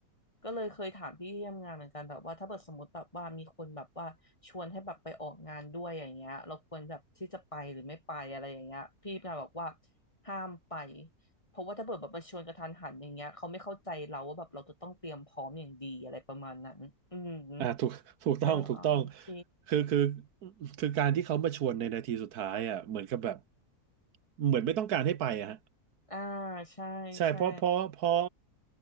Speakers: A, on the left; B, on the right.
A: ก็เลยเคยถามพี่ที่ทำงานเหมือนกันแบบว่าถ้าเกิดสมมติแบบว่ามีคนแบบว่าชวนให้แบบไปออกงานด้วยอย่างเงี้ยเราควรแบบที่จะไปหรือไม่ไปอะไรอย่างเงี้ยพี่มาบอกว่าห้ามไปเพราะว่าถ้าเกิดแบบมาชวนกระทันหันอย่างเงี้ยเขาไม่เข้าใจเราว่าแบบเราจะต้องเตรียมพร้อมอย่างดีอะไรประมาณนั้นอืม
B: อ่าถูก <laughs> ถูกต้องถูกต้อง
A: ก็เลยอ๋อโอเค
B: คือคือคือการที่เขามาชวนในนาทีสุดท้ายอ่ะเหมือนกับแบบเหมือนไม่ต้องการให้ไปอะฮะ
A: อ่าใช่ใช่
B: ใช่เพราะเพราะเพราะ